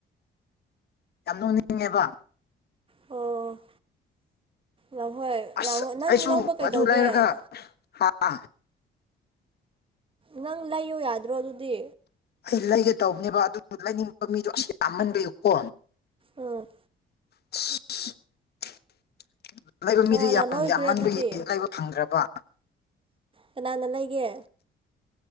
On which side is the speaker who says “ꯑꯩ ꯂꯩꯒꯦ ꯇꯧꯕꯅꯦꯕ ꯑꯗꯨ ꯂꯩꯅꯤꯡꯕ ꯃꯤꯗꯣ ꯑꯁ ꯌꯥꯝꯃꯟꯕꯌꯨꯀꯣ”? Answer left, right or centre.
Left